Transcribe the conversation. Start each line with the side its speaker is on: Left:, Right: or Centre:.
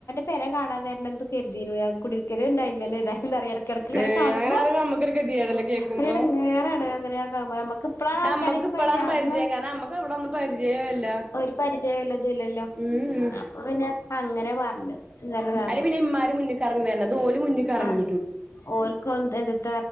Left: പരെ കാണാവരണ ന്ന് കരുതിന്നു കുടിക്കൽ ഉണ്ടായില്ല ല്ലൊ അതെ എന്താ പറ ഇടയ്ക്ക ഇടക്ക ഇങ്ങനെ
Right: ഏഹ്
Left: കാണുമ്പോ
Right: അങ്ങനെ പറയുമ്പോ നമ്മക്കൊരു ഗതികേടല്ലേ കേക്കുമ്പോ
Left: ഒരു എടങ്ങേറണ് അങ്ങനെയ കാകുമ്പ നമ്മക്ക് ഇപ്പളാണ് ആൾക്കാരെയൊക്കെ
Right: നമ്മുക്ക് ഇപ്പളാണ്
Left: പരിചയം
Right: പരിജ
Left: അന്ന്
Right: കാരണ നമ്മക്ക് അവിടെന്നും പരിചയല്ല
Left: ഒരു പരിചയല്ല ഇതും ഇല്ലല്ലോ
Right: ഉം
Left: അപ്പൊ പിന്നെ അങ്ങനെ പറഞ്ഞു ഇങ്ങനെതാക്കും
Right: അല്ലെ പിന്നെ ഇമാര് മുന്നിൽക്ക് ഇറങ്ങി വരണം ഇതോല മുന്നിക്ക് ഇറങ്ങി
Left: ആഹ് ഓൽക്ക് എന്തത്ത